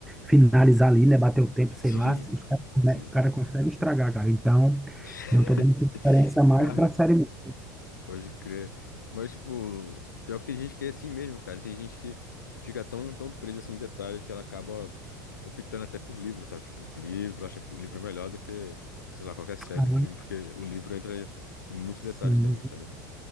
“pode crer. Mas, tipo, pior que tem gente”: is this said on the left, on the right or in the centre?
Left